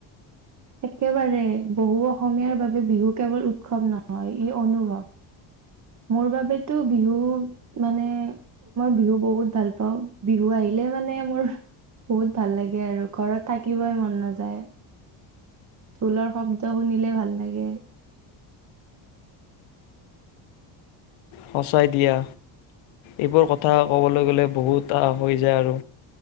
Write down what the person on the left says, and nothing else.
সচাই দিয়া এইবোৰ কথা ক'বলৈ গ'লে বহুত হৈ যায় আৰু